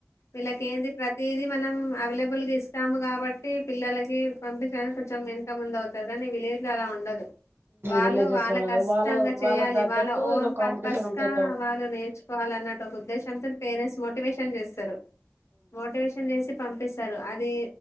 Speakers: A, on the left; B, on the right.
A: వీళ్ళకి ఏ ప్రతది మనం అవైలబుల్ గా ఇస్తాము కాబట్టి పిల్లల పంపుంచాను కొంచం ముందవుతారు కానీ విలేజ్ లో అలా ఉండదు వాళ్ళు
B: విలేజెస్
A: వాళ్ళ కష్టంగా
B: వాళ్ళ
A: చేయాలి
B: వాళ్ళకి తగ్గట్టు
A: వాళ్ళ ఓన్
B: ఇక కాంపిటీషన్
A: పర్పస్
B: ఉంటాయి
A: కా వాళ్ళు నేర్చుకోవాలి అన్న ఒక ఉద్దేశంతో పేరెంట్స్ మోటివేష చేస్తరు మోటివేషన్ చేసి పంపిస్తారు అది